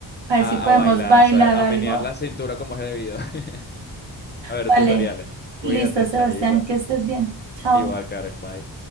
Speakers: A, on the right (about 75°); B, on the left (about 25°).
A: a ver
B: A,
A: si podemos
B: a bailar,
A: bailar
B: a saber, a
A: algo.
B: menear la cintura como es debido. <laughs> A ver,
A: Vale,
B: tutoriales. Cuídate,
A: listo, Sebastián,
B: Chayito.
A: que estés bien. Chao.
B: Igual, Karen, bye.